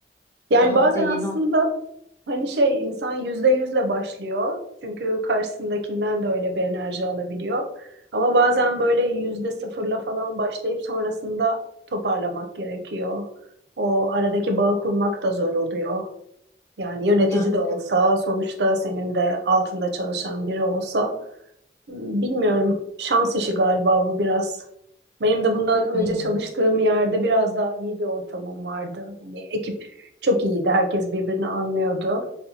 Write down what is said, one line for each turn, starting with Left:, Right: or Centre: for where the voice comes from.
Right: Yani
Left: Daha
Right: bazen
Left: bir de yeni
Right: aslında
Left: olsun
Right: hani şey insan yüzde yüzle başlıyor. Çünkü karşısındakinden de öyle bir enerji alabiliyor. Ama bazen böyle yüzde sıfırla falan başlayıp sonrasında toparlamak gerekiyor. O aradaki bağı kurmak da zor oluyor. Yani yönetici
Left: yani.
Right: de olsa sonuçta senin de altında çalışan biri olsa Bilmiyorum. Şans işi galiba bu biraz. Benim de bundan
Left: evet, değil
Right: önce
Left: mi? Yani?
Right: çalıştığım yerde biraz daha iyi bir ortamım vardı. Hani ekip çok iyiydi. Herkes birbirini anlıyordu.